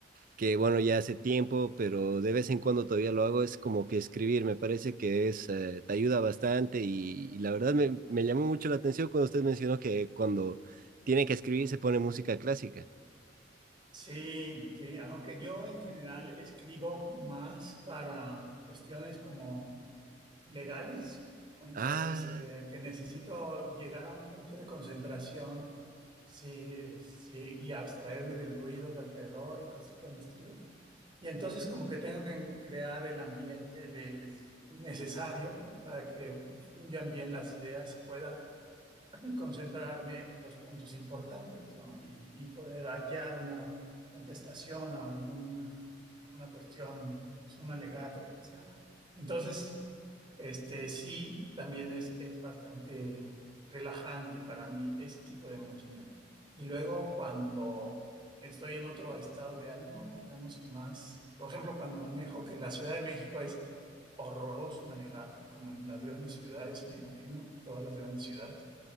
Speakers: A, on the right (about 50°); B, on the right (about 25°).
A: que bueno, ya hace tiempo, pero de vez en cuando todavía lo hago, es como que escribir, me parece que es, eh, te ayuda bastante y, y la verdad me, me llamó mucho la atención cuando usted mencionó que cuando tiene que escribir se pone música clásica.
B: Sí, sí, aunque yo en general escribo más para cuestiones como legales, entonces
A: Ah.
B: eh, que necesito llegar a un punto de concentración sí, eh, sí, y abstraerme del ruido de alrededor y cosas por el estilo. Y entonces como que tengo que crear el ambiente de, es necesario para que fluyan bien las ideas y pueda concentrarme en los puntos importantes, ¿no? Y, y poder hallar una contestación a alguna a una cuestión, pues un alegato, lo que sea. Entonces, este, sí, también es, es bastante relajante para mí ese tipo de música. Y luego cuando estoy en otro estado de ánimo, digamos que más, por ejemplo, cuando manejo, que la Ciudad de México es horroroso manejar, como en las grandes ciudades, me imagino, todas las grandes ciudades.